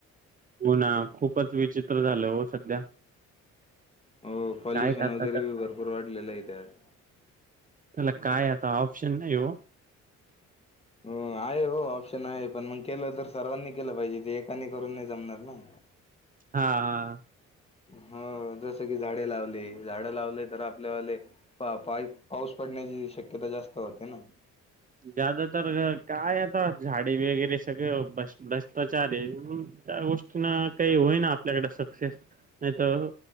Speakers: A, on the right (about 25°); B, on the left (about 20°).
A: हो ना खूपच विचित्र झालं हो सध्या
B: हो पॉल्युशन
A: काय करता
B: वगैरे
A: तर
B: बी भरपूर वाढलेलं आहे त्यात
A: त्याला काय आता ऑप्शन नाही हो
B: हो आहे हो ऑप्शन आहे पण मग केलं तर सर्वांनी केलं पाहिजे ते एकानी करून नाही जमणार ना
A: हा हा
B: हा जस की झाडे लावली झाड लावले तर आपल्याले पा पाऊस पड ण्याची शक्यता जास्त होते ना
A: जदा तर काय आता झाडे वगैरे सगळं भ्रष्टाचारी त्या गोष्टींना काही होईना आपल्याकडे सक्सेस नाही तर